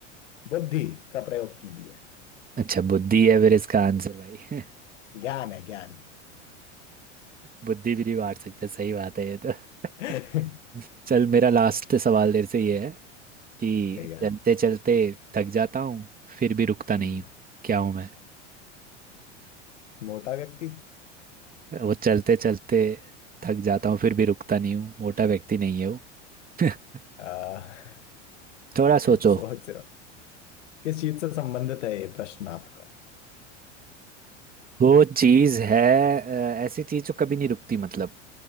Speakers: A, on the left; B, on the right.
A: बुद्धि का प्रयोग कीजिए
B: अच्छा बुद्धि है फिर इसका आंसर भाई <laughs>
A: ज्ञान है ज्ञान
B: बुद्धि भी नहीं बांट सकते सही बात है ये तो <laughs>
A: <laughs>
B: चल मेरा लास्ट सवाल देर से ये है कि
A: ठीक है
B: चलते चलते थक जाता हूँ फिर भी रुकता नहीं
A: हम्म,
B: हूँ क्या हूँ मैं
A: मोटा व्यक्ति
B: वो चलते चलते थक जाता हूँ फिर भी रुकता नहीं हूँ मोटा व्यक्ति नहीं है वो <laughs>
A: आ,
B: थोड़ा
A: <laughs>
B: सोचो
A: सोच रहा हूँ। किस चीज से संबंधित है ये प्रश्न आपका
B: वो चीज है अ, ऐसी चीज जो कभी नहीं रुकती मतलब